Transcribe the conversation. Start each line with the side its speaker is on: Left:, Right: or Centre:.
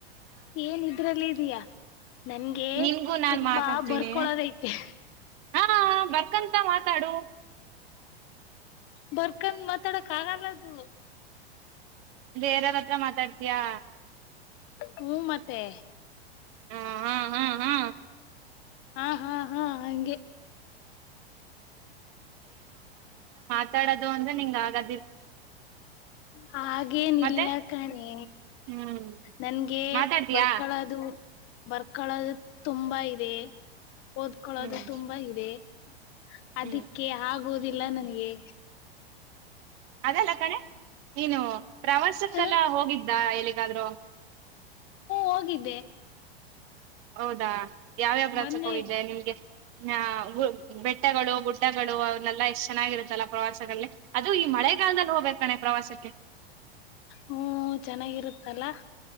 Left: ಏನ್ ಇದ್ರಲ್ಲಿ ದಿಯಾ ನಂಗೆ
Right: ನಿನ್ಗೂ ನಾನ್
Left: ತುಂಬಾ
Right: ಮಾತಾಡ್ತೀನಿ
Left: ಬರ್ಕೊಳೋದಐತೆ
Right: ಹಾ ಬಕ್ಕಂತ ಮಾತಾಡು
Left: ಬರ್ಕನ್ ಮಾತಾಡಕ್ ಆಗಲ್ಲದು
Right: ಬೇರೆಯವ ಹತ್ರ ಮಾತಾಡ್ತಯಾ
Left: ಹ್ಮ ಮತ್ತೆ
Right: ಹಾ ಹಾ ಹಾ
Left: ಹಾ ಹಾ ಹಾ ಹಗೆ
Right: ಡೋದು ಅ್ರೆಂಗ ಆಗ
Left: ಹಾಗೇನಲ್ಲ
Right: ಮತ್ತೆ
Left: ಕಣೆ
Right: ಹ್ಮ್
Left: ನನ್ಗೆ
Right: ಮಾತಾಡ್ತಯಾ
Left: ಬರ್ಕಳೋದು ಬರ್ಕಳದು ತುಂಬಾ ಇದೆ ಓದ್ಕೊಳ್ಳೋದು
Right: ಹ್ಮ್
Left: ತುಂಬಾ ಇದೆ ಅದಕ್ಕೆ
Right: ಹ್ಮ್
Left: ಹಾಗ ಹೌದಿಲ್ಲ ನನ್ಗೆ
Right: ಅದಲ್ಲ ಕಣೆ ನೀನು ಟ್ರಾವೆಲ್ಸಕ್ಕೆಲ್ಲ
Left: ಹ್ಮ
Right: ಹೋಗಿದ್ದ ಎಲ್ಲಿಗಾದ್ೂ
Left: ಹೋಗಿದ್ದೆ
Right: ಹೌದಾ ಯಾವ್ಯಾವ ಪ್ರಾಚಕ
Left: ಮೊನ್ನೆ
Right: ಹೋಗಿದ್ದೆ ನಿಮ್ಗೆ ಹ ಗ ಬೆಟ್ಟಗಳು ಗುಡ್ಡಗಳು ಅವನ್ನೆಲ್ಲಾ ಎಷ್ಟ ಚೆನ್ನಾಗಿರುತ್ತಲ್ಲ ಪ್ರವಾಸಗಳಲ್ಲಿ ಅದು ಈ ಮಳೆ ಕಾಲದಲ್ಲಿ ಹೋಗ್ಬೇಕು ಕಣೆ ಪ್ರವಾಸಕ್ಕೆ ಹ
Left: ಹ್ಮ ಚೆನ್ನಾಗಿರುತ್ತಲ್ಲ